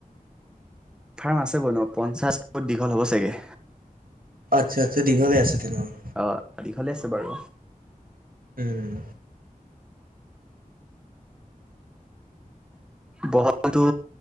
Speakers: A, in the centre; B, on the right.
A: ফাৰ্ম আছে বন পঞ্চাশ ফুট দীঘল হ'ব চাগে।
B: অ আৎচ্ছা আৎচ্ছ দীঘলে আছে তেনেহলে।
A: অ', দীঘলে আছে বাৰু।
B: উম।
A: বহলতো